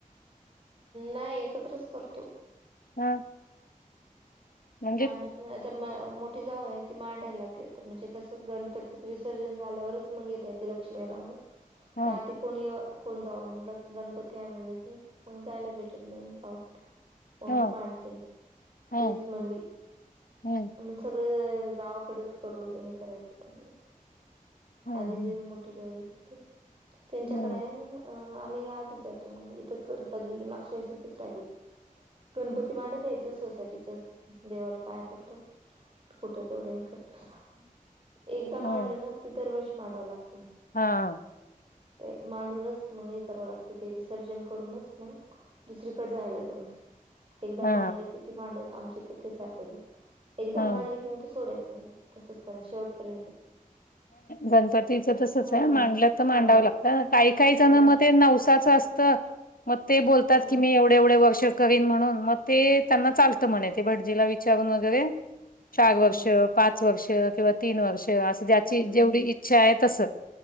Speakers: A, on the right; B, on the left.
A: नाही एकत्रच करतो.
B: हा. म्हणजे
A: मांडत आता म मोठी जाऊ आहे ती मांडायला लागेल म्हणजे कसं गणपतीच विसर्जन झाल्यावरच मग येते लक्ष्मीला
B: ह
A: ते आधीच कोणी कोण जाव मग गणपती आहे म्हणले की मग जायला भेटत नाही गावाकडे कोणती
B: ह
A: मांडते
B: ह
A: तीच म्हणली.
B: ह
A: मग सगळे गावाकडेच करून हे करायचं पण
B: ह
A: आधी जे मोठी जाऊ हे करते त्यांच्याकडे
B: ह
A: आहे ना अ आम्ही आधीच जातो मग इथंच कधी मागच्या वेळेस इथच राहिलो होत. गणपती मांडत नाही इथल्या सोसायटीच्या देवाला पाया पडतो कुठं तेवढं हे करत बसाव एकदा मांडलं
B: ह
A: ना ते दरवर्षी मांडावं लागत मग
B: हा
A: ते मांडूनच मग हे करावं लागते ते विसर्जन करूनच मग दुसरीकडे जायला जमते ते एकदा
B: हा
A: मांडलं की ती मांडव आमच्या इथ तेच आहे पद्धत एकदा
B: हा
A: मांडले की मग ते सोडायचं नाही तसच करा शेवटपर्यंतच
B: गणपतीच तसच
A: हा
B: आय मांडलं तर मांडावं
A: हा
B: लागत काही काही जण
A: हा
B: मध्ये नवसाच असत म ते बोलतात
A: हम्म
B: की मी एवढे एवढे वर्ष करीन म्हणून म ते त्यांना चालत म्हणे ते भटजीला विचारून वगैरे चार
A: हम्म
B: वर्ष पाच वर्ष किंवा तीन वर्ष असं
A: हम्म हम्म
B: जेवढी इच्छा हाय तस